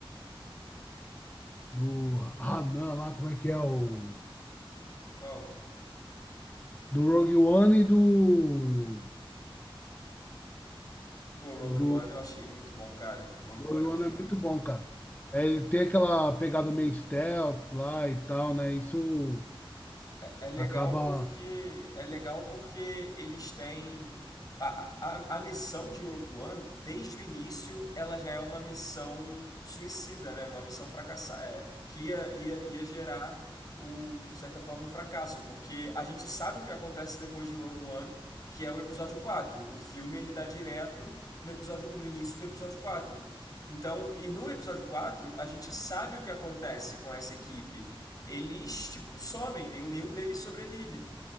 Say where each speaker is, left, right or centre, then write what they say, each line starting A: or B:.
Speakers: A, on the left (about 20°); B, on the left (about 40°).
A: do Hanan lá, como é que é o.
B: Qual?
A: Do Rogue One e do.
B: Pô, Rogue
A: Do
B: One eu achei muito bom, cara. Rogue
A: Rogue
B: One é
A: One
B: um filme
A: é muito
B: muito
A: bom,
B: bom.
A: cara. É, ele tem aquela pegada meio stealth lá e tal, né? Isso
B: É, é legal
A: acaba.
B: porque é legal porque eles têm a, a, a missão de Rogue One desde o início ela já é uma missão suicida, né? Uma missão fracassada é, que ia, ia, ia gerar o, de certa forma um fracasso, porque a gente sabe o que acontece depois de Rogue One, que é o episódio quatro O filme ele dá direto no episódio no início do episódio quatro Então, e no episódio 4 a gente sabe o que acontece com essa equipe eles, tipo, somem, nenhum, nenhum deles sobrevive.